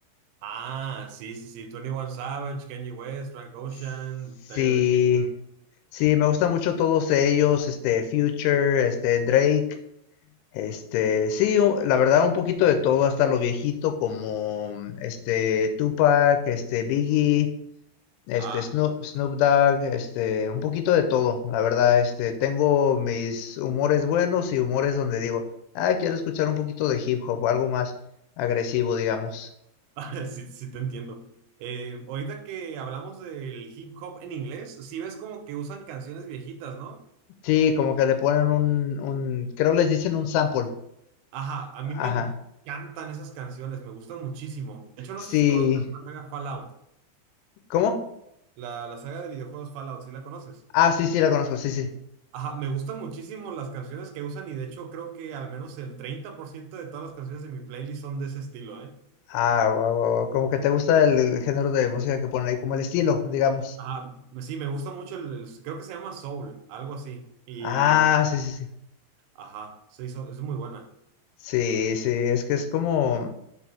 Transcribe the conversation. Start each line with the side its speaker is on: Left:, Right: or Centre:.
Right: Ah, sí, sí, sí. Twenty One Savage, Kanye West, Frank Ocean,
Left: Sí,
Right: Tyler, the Creator.
Left: sí, me gusta mucho todos ellos, este, Future, este, Drake, este, sí, u- la verdad un poquito de todo, hasta lo viejito como, este, Tupac, este, Biggie, Este,
Right: Ah,
Left: Snoop, Snoop Dogg, este, un poquito de todo, la verdad, este, tengo mis humores buenos y humores donde digo, ah, quiero escuchar un poquito de hip hop o algo más agresivo, digamos.
Right: <laughs> sí, sí te entiendo. Eh, ahorita que hablamos del hip hop en inglés, sí ves como que usan canciones viejitas, ¿no?
Left: Sí, como que le ponen un, un, creo les dicen un sample.
Right: Ajá, a mí me
Left: Ajá.
Right: encantan esas canciones, me gustan muchísimo. De hecho, no sé
Left: Sí,
Right: si conozcas la saga Fallout,
Left: ¿cómo?
Right: la, la saga de videojuegos Fallout, ¿sí la conoces?
Left: Ah, sí, sí, la conozco, sí, sí.
Right: Ajá, me gustan muchísimo las canciones que usan y de hecho creo que al menos el 30% de todas las canciones de mi playlist son de ese estilo, ¿eh?
Left: Ah, guau guau wow. Como que te gusta el, el género de música que ponen ahí, como el estilo, digamos.
Right: Ajá, sí, me gusta mucho el, el- creo que se llama Soul, algo así. Y,
Left: Ah, sí, sí, sí.
Right: ajá, sí, so- es muy buena.
Left: Sí, sí, es que es como,